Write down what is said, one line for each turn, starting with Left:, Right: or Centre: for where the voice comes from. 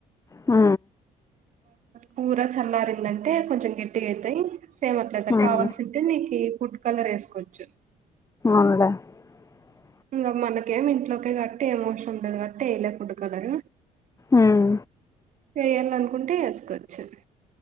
Left: ఆ
Right: కూర చల్లారిందంటే కొంచెం గట్టిగాయితాయి సేమ్ అట్లద
Left: ఉమ్
Right: కావాల్సింటే నీకు ఈ ఫుడ్ కలర్ వేసుకోవచ్చు
Left: అ
Right: ఇంకా మనక ఏమి ఇంట్లోక గట్టి ఏం అవసరం ఉండదు కట్టి ఏయ లేకుండే కలర్
Left: ఉమ్
Right: ఏయల అనుకుంటే వేసుకోవచ్చు